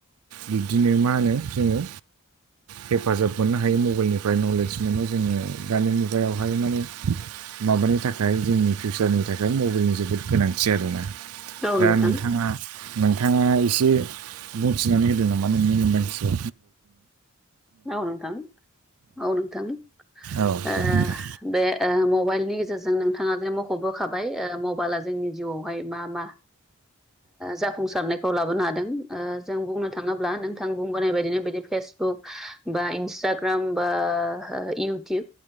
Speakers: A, on the right; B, in the centre.
A: बिब्दिनो मा होनो जोङो हेफाजाब मोननो हायो मबाइलनिफ्राय नलेज मोनो जोङो दानि मुगायावहाय माने माबानि थाखाय जोंनि फिउचारनि थाखाय मबाइलनि जोबोद गोनांथि आरोना
B: औ
A: दा
B: नोंथां।
A: नोंथाङा नोंथाङा एसे बुंथिनानै होदों नामा नोंनि मोनदांथिखौ
B: औ नोथां औ नोथां
A: औ
B: आ
A: दे नोंथां
B: बे मबाइलनि गेजेरजों नोंथाङा जे मख'बोखाबाय मबाइला जोंनि जिउआवहाय मा जाफुंसारनायखौ लाबोनो हादों जों बुंनो थाङोब्ला नोंथां थां बुंबोनाय बायदिनो बिदि फेसबुक बा इन्सटाग्राम बा इउटुब